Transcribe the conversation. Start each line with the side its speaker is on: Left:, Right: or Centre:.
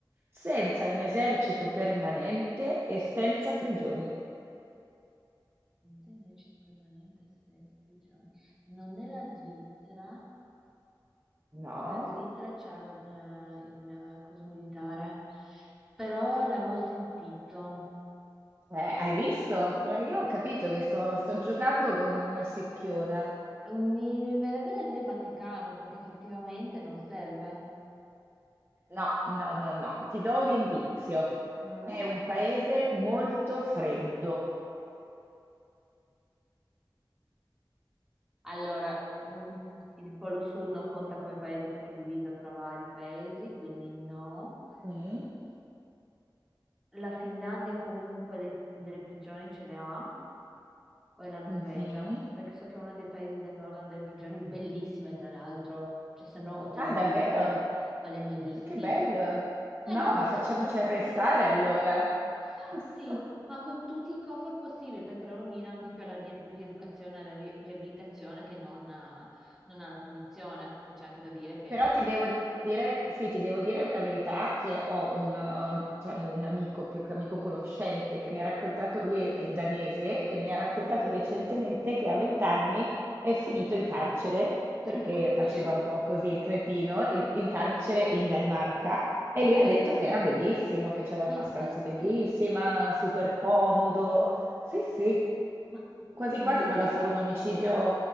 Right: senza un esercito permanente e senza prigioni?
Centre: Senza esercito permanente, senza prigione. Non è la Svizzera,
Right: No?
Centre: perché la Svizzera c'ha la- eh, il eh, coso militare, però l'avevo sentito.
Right: Eh, hai visto? Eh, io ho capito che sto, sto giocando con una secchiona.
Centre: Mi verrebbe da dire Vaticano, perché effettivamente non serve.
Right: No, no, no, no. Ti do un indizio.
Centre: Mm?
Right: È un paese molto freddo.
Centre: Allora, mm, il Polo Sud non conta come paese perché è diviso tra vari paesi, quindi no.
Right: Mm,
Centre: La Finlandia comunque dei- delle prigioni ce le ha. o è la Norvegia,
Right: mhm.
Centre: perché so che è uno dei paesi del nord hanno delle prigioni bellissime, tra l'altro, cioè sembrano hotel
Right: Ah,
Centre: di
Right: davvero?
Centre: lusso, ma le hai mai visti?
Right: Che bello.
Centre: Ma
Right: No,
Centre: è una roba,
Right: ma facciamoci
Centre: sono praticamente
Right: arrestare
Centre: delle casette.
Right: allora.
Centre: Infatti,
Right: <laughs>
Centre: ma con tutti i comfort possibili, perché loro mirano di più alla rie- rieducazione, alla ri- riabilitazione che non, a- non alla punizione. Poi c'è anche da dire che...
Right: Però ti devo dire, sì, ti devo dire la verità che ho un, eh, diciamo, un amico, più che amico conoscente, che mi ha raccontato, lui è, è danese, e mi
Centre: Mhm.
Right: ha raccontato recentemente che a 20 anni è finito in carcere, perché
Centre: <laughs> Oddio,
Right: faceva un po' così il cretino, in, in carcere in Danimarca, e
Centre: ok.
Right: lui ha detto che era bellissimo, che c'era
Centre: Ma
Right: una
Centre: infatti,
Right: stanza bellissima, super comodo, sì, sì,
Centre: ma
Right: quasi quasi
Centre: non solo
Right: vado a fare
Centre: comodo.
Right: un omicidio